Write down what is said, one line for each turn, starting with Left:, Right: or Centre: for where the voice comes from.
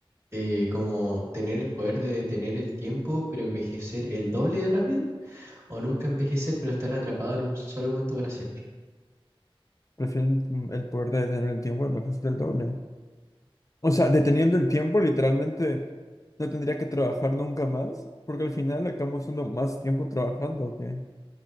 Right: Eh, ¿como tener el poder de detener el tiempo, pero envejecer el doble de rápido? ¿O nunca envejecer, pero estar atrapado en un solo momento para siempre?
Left: Prefiero el el poder de tener el tiempo, me parece el doble. O sea, deteniendo el tiempo, literalmente no tendría que trabajar nunca más, porque al final acabamos dando más tiempo trabajando, ¿o qué?